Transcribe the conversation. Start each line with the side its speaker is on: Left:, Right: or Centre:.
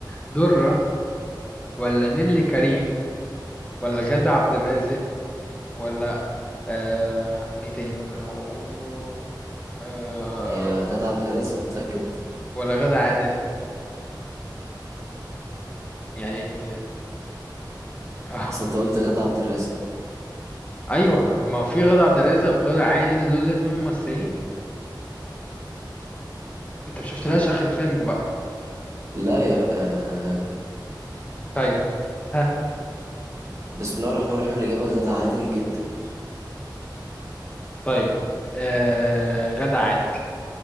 Left: درة ولا نيلي كريم ولا غادة عبد الرازق ولا آه... ايه تاني ممكن اقوله آه...
Right: هي غادة عبد الرازق متأكد
Left: ولا غادة عادل يعني ايه <laughs> هي دي؟ آه.
Right: اصل انت قلت غادة عبد الرازق
Left: ايوه ما هو في غادة عبد الرازق وغادة عادل دول الاتنين ممثلين انت مشفتلهاش
Right: مم.
Left: اخر فيلم بقى
Right: لا يا بقى <laughs>
Left: طيب ها
Right: بسم الله الرحمن الرحيم الإجابة غادة عادل جدا
Left: طيب آه... غادة عادل